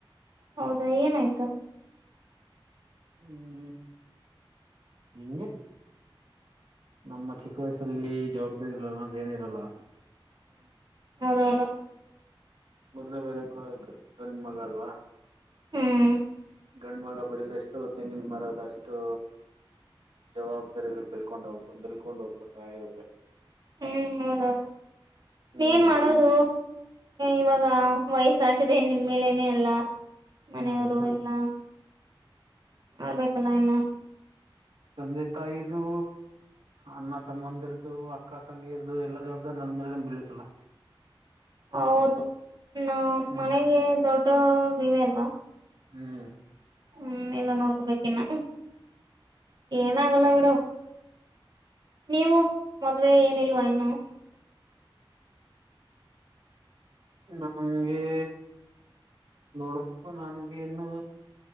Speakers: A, on the right (about 50°); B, on the right (about 80°).
A: ಹೌದಾ ಏನಾಯ್ತು
B: ಹ್ಮ್ ಹಿಂಗೆ ನಮ್ಮ ಚಿಕ್ಕ ವಯಸಲ್ಲಿ ಜವಾಬ್ದಾರಿ ಗಳನ್ನೋದು ಏನ ಇರಲ್ಲ.
A: ಹೌದೌದದು
B: ಮೊದ್ಲೇ ಬೇರೆ ಗ ಗ ಗಂಡ ಮಗ ಅಲ್ವಾ
A: ಹ್ಮ್
B: ಗಂಡ ಮಗ ಬೆಳದಷ್ಟು ತೆಂಗಿನ ಮರದ ಅಷ್ಟು ಜವಾಬ್ದಾರಿಗಳು ಬೆಳ್ಕೊಂಡಾವ ಬೆಳ್ಕೊಂಡ್ ಹೋಗ್ಬಿಡುತ್ತಾ ಇರುತ್ತೆ
A: ಹ್ಮ್ ಹೌದೌದು
B: ಹ್ಮ್
A: ಏನ್ ಮಾಡೋದು ಇವಾಗ ವಯಸ್ಸಾಗಿದೆ ನಿಮ್ ಮೇಲೇನೆೇ ಎಲ್ಲ ಮನೆಯವರು
B: ಹ್ಮ್
A: ಎಲ್ಲಾ ಮಾಡ್ಬೇಕಲ್ಲ ಇನ್ನು
B: ತಂದೆ ತಾಯಿ ದು ಅಣ್ಣ ತಮ್ಮಂದಿರದು ಅಕ್ಕ ತಂಗಿ ಇರದು ಎಲ್ಲಾ ಜವಾಬ್ದಾರಿ ನಂದ ಮೇಲೆ ಬೀಳತ್ತಲ್ಲಾ
A: ಹೌದು ನ
B: ಹ್ಮ್
A: ಮನೆಗೆ ದೊಡ್ಡವರ್ ನೀವೇ ಅಲ್ವಾ.
B: ಹ್ಮ್
A: ಹ್ಮ ಎಲ್ಲ ನೋಡ್ಕೋಬೇಕ ಇನ್ನ ಏನಾಗಲ್ಲ ಬಿಡು. ನೀವು ಮದ್ವೆ ಏನಿಲ್ವಾ ಇನ್ನು.
B: ನಂಗೆ ನೋಡ್ಬೇಕು ನನ್ಗೆ ಇನ್ನುೂ